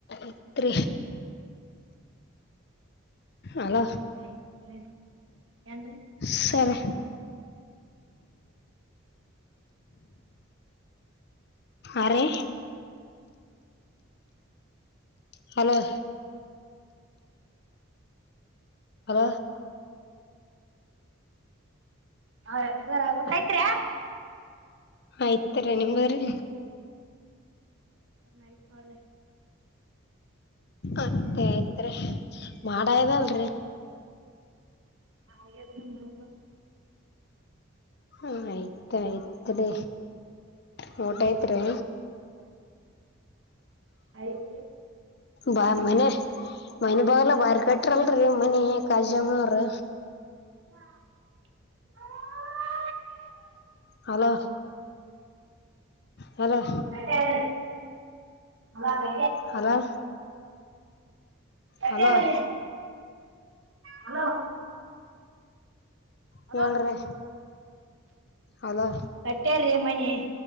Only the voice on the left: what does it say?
ಇತ್ರ ಅಲೋ
ಸರಿ <inaudible> ಅರೆ ಹಲೋ ಅಲ
ಆಯ್ತರ ನಿಮದ್ರಿ
ಅತ್ತೆ ಆಯ್ತ್ರಿ ಮಾಡ ಇದದಲ್
ಹ ಆಯ್ತಾಯ್ತ್ ರ ಮೋಟೇ ತರೀ
ಬ ಮನೆ ಮನೆ ಬಾಗಲ್ಲ ಬಾರ ಕಟ್ಟ ಬಿಟ್ರಲ್ರಿ ಮನಿ ಕಜಮ್ಮನ್ರ
ಹಲೋ ಹಲೋ
ಹಲೋ ಹಲ್ಲೊ
ಹೇಳ್ರಿ ಹಲ್ಲೊ